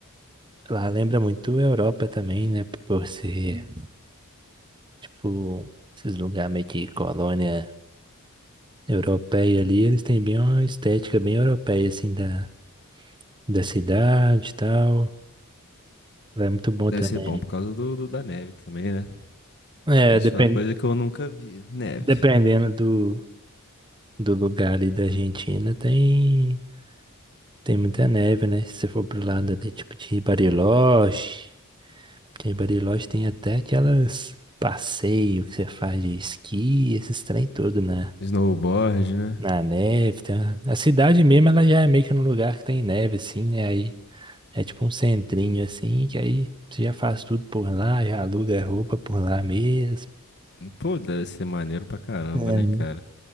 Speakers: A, on the right (about 20°); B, on the left (about 50°).
A: lá lembra muito a Europa também, né? Por ser, tipo, esses lugares meio que colônia. europeia ali, eles têm bem uma estética bem europeia, assim, da, da cidade e tal. É muito bom
B: Deve
A: também.
B: ser bom por causa do, do- da neve também, né?
A: É,
B: Isso
A: depen-
B: é uma coisa que eu nunca vi. Neve.
A: dependendo do, do lugar ali da Argentina, tem, tem muita neve, né? Se você for pro lado ali, tipo de Bariloche, em Bariloche tem até aquelas passeio que você faz de esqui, esses trem todo na,
B: Snowboard, né?
A: na neve. Tem uma- a cidade mesmo, ela já é meio que num lugar que tem neve, assim, né? Aí É tipo um centrinho assim, que aí você já faz tudo por lá, já aluga roupa por lá mesmo.
B: Pô, deve ser maneiro pra caramba,
A: É,
B: né, cara?